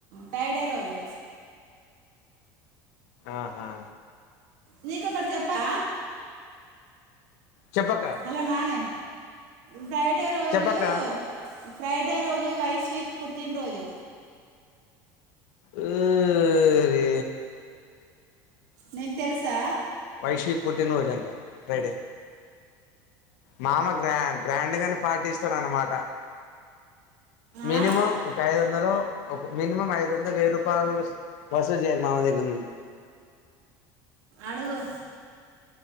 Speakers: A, on the right; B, on the left.
A: టైడే రోజు
B: ఆహా
A: నీకొక్కడ చెప్పా
B: చెప్పక్క
A: హలో నానే బ్రైడే రోజు
B: చెప్పక్క
A: ఫ్రైడే రోజు వైస్ వీక్ పుట్టినరోజు
B: ఓ రి
A: నీకు తెలుసా
B: వైష్వి పుట్టినరోజు అంట ఫ్రైడే మామ గ్రా గ్రాండ్ గా పాటిస్తాడు అన్నమాట మినిమం
A: ఆ
B: ఒక ఐదు వందలు ఒక మినిమం ఐదు వందలు వెయ్యి రూపాయలు వసూలు చేయాలి మామ దగ్గర నుండి
A: అడుగు